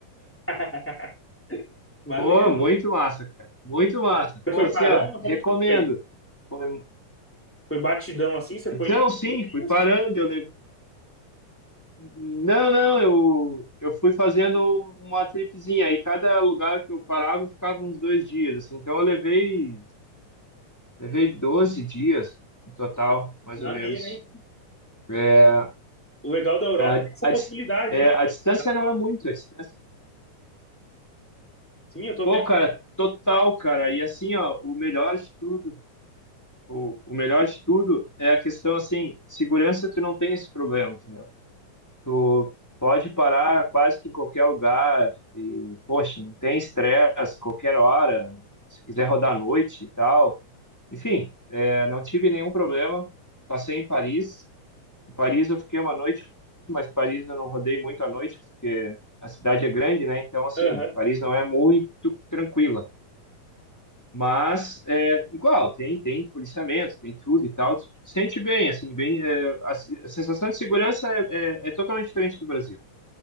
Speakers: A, in the centre; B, on the left (about 30°).
A: <laughs> Maneiro.
B: Pô, muito massa, cara. Muito massa.
A: Você
B: Pô,
A: foi
B: assim,
A: parando?
B: ó,
A: Como
B: recomendo.
A: que foi?
B: Foi- um,
A: Foi batidão assim? Você
B: Então,
A: foi em
B: sim,
A: os dias?
B: fui parando. Eu levei... Não, não, eu, eu fui fazendo uma tripzinha. Aí cada lugar que eu parava eu ficava uns dois dias, assim. Então eu levei, levei 12 dias no total,
A: É,
B: mais
A: Maneiro,
B: ou menos.
A: hein?
B: É, a,
A: O legal da Europa
B: a
A: é essa possibilidade,
B: dis- é,
A: né?
B: a distância
A: Dá-
B: não é muito, a distância
A: Sim, eu tô
B: Pô,
A: vendo.
B: cara, total, cara. E assim, ó, o melhor de tudo, o, o melhor de tudo é a questão, assim, segurança, tu não tem esse problema, entendeu? Tu pode parar quase que em qualquer lugar e, poxa, não tem estresse, qualquer hora, se quiser rodar à noite e tal. Enfim, é, não tive nenhum problema. Passei em Paris. Em Paris eu fiquei uma noite, mas Paris eu não rodei muito à noite, porque a cidade é grande, né? Então, assim,
A: Aham.
B: Paris não é muito tranquila. Mas é igual, tem, tem policiamento, tem tudo e tal. Tu Sente bem, assim, bem. é, a, se- a sensação de segurança é, é, é totalmente diferente do Brasil.